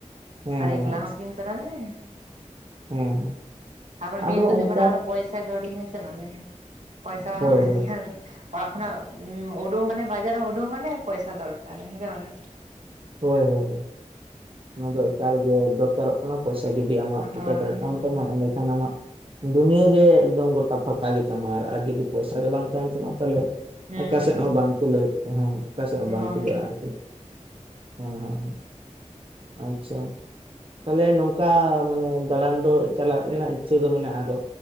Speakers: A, on the right; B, on the right.
A: ᱦᱮᱸ
B: ᱟᱨ
A: ᱦᱮᱸ ᱦᱮᱸ
B: ᱮᱠᱞᱟ
A: ᱦᱮᱸ
B: ᱦᱚᱸᱠᱤᱢ ᱛᱟᱨᱮ ᱫᱟᱲᱮ
A: ᱦᱮᱸ ᱦᱮᱸ
B: ᱛᱟᱯᱚᱨ
A: ᱟᱫᱚ
B: ᱢᱮᱱ ᱫᱚ ᱦᱩᱭᱩᱜ
A: ᱚᱱᱠᱟ
B: ᱠᱟᱱᱟ ᱟᱨᱚ ᱯᱚᱭᱥᱟ ᱠᱟᱹᱣᱰᱤ ᱦᱮᱸᱥᱮ ᱵᱷᱟᱜᱮ ᱯᱚᱭᱥᱟ ᱵᱟᱝ
A: ᱦᱳᱭ
B: ᱛᱟᱦᱮ
A: ᱦᱳᱭ
B: ᱞᱮᱱᱠᱷᱟᱱ ᱚᱲᱟᱜ ᱠᱷᱚᱱᱟᱜ ᱩᱰᱳ ᱢᱟᱱᱮ ᱵᱟᱡᱟᱨ ᱨᱮ ᱩᱰᱳ ᱢᱟᱱᱮ ᱯᱚᱭᱥᱟ ᱫᱚᱨᱠᱟᱨ ᱦᱮᱸᱥᱮ ᱢᱟᱱᱟ ᱾
A: ᱦᱳᱭ ᱦᱳᱭ ᱚᱱᱟ ᱫᱚ ᱮᱠᱟᱞ ᱜᱮ ᱫᱚᱨᱠᱟᱨᱚᱜ ᱾ ᱠᱟᱱᱟ ᱯᱚᱭᱥᱟ ᱡᱩᱫᱤ ᱟᱢᱟᱜ ᱯᱚᱠᱮᱴ
B: ᱦᱳᱭ
A: ᱨᱮ ᱛᱟᱦᱮᱱ ᱛᱟᱢᱟ ᱮᱸᱰᱮ ᱪᱷᱟᱱᱟ ᱢᱟᱜ ᱾ ᱫᱩᱱᱤᱭᱟᱹ ᱜᱮ ᱮᱠᱫᱚᱢ ᱜᱚᱴᱟ ᱯᱷᱟᱸᱠᱟ ᱜᱮᱛᱟᱢᱟ ᱟᱨ ᱟᱨ ᱡᱩᱫᱤ ᱯᱚᱭᱥᱟ ᱜᱮ ᱵᱟᱝ ᱛᱟᱦᱮᱱ ᱛᱟᱢᱟ ᱛᱟᱞᱦᱮ
B: ᱦᱮᱸ
A: ᱚᱠᱟᱥᱮᱜ ᱦᱚᱸ ᱵᱟᱝᱠᱚ ᱞᱟᱹᱭ ᱦᱚᱸ ᱚᱠᱟᱥᱮᱫ ᱦᱚᱸ ᱵᱟᱝᱠᱚ
B: ᱦᱳᱭ
A: ᱞᱟᱹᱭᱼᱟ ᱟᱨᱠᱤ ᱾ ᱦᱚᱸ ᱦᱚᱸ ᱟᱪᱪᱷᱟ ᱾ ᱛᱟᱦᱞᱮ ᱱᱚᱝᱠᱟ ᱢᱟᱱᱮ ᱫᱟᱬᱟᱱ ᱫᱚ ᱪᱟᱞᱟᱜ ᱨᱮᱱᱟᱜ ᱤᱪᱪᱷᱟᱹ ᱫᱚ ᱢᱮᱱᱟᱜᱼᱟ ᱟᱫᱚ